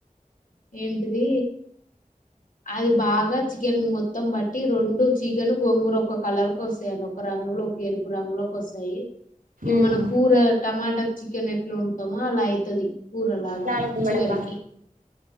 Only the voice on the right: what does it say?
ఉమ్
లాలికం
బడబ్బా